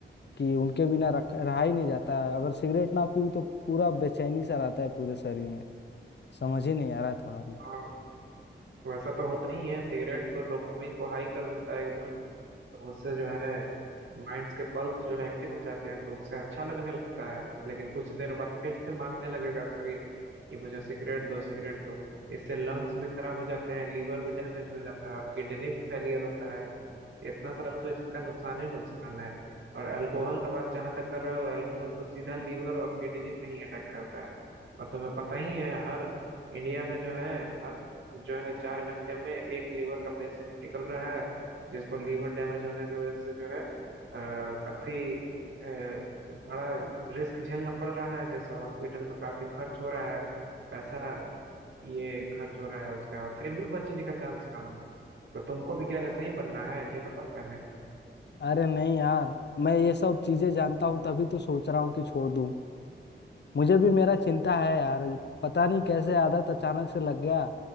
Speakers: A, on the left; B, on the right.
A: कि उनके बिना रख रहा ही नहीं जाता है अगर सिगरेट ना पीऊँ तो पूरा बेचैनी सा रहता है पूरे शरीर में समझ ही नहीं आ रहा है थोड़ा भी
B: हाँ वैसा तो होता ही है सिगरेट तो डोपामिन को हाई कर देता है एकदम तो उससे जो है माइंड्स के पल्स जो है एक्टिव हो जाते हैं तो उससे अच्छा लगने लगता है लेकिन कुछ देर बाद फिर से मांगने लगेगा शरीर कि मुझे सिगरेट दो सिगरेट दो इससे लंग्स भी खराब हो जाते हैं लीवर भी डैमेज हो जाता है और किडनी भी फेलियर होता है इतना सारा तो इसका नुकसान ही नुकसान है और अल्कोहल का बात जहां तक कर रहे हो अल्कोहल तो सीधा लीवर और किडनी पे ही अटैक करता है और तुम्हें पता ही है हर इंडिया में जो है हर जो है चार घंटे में एक लीवर का पेशेंट निकल रहा है जिसको लीवर डैमेज होने की वजह से जो है आ, काफी अ, बड़ा रिस्क झेलना पड़ रहा है जैसे हॉस्पिटल में काफी खर्च हो रहा है पैसा ये खर्च हो रहा है उसका फिर भी बचने का चांस कम है तो तुमको भी क्या ऐसा ही बनना है ये बताओ पहले
A: अरे नहीं यार मैं ये सब चीजें जानता हूँ तभी तो सोच रहा हूँ कि छोड़ दूँ मुझे भी मेरा चिंता है यार ये पता नहीं कैसे आदत अचानक से लग गया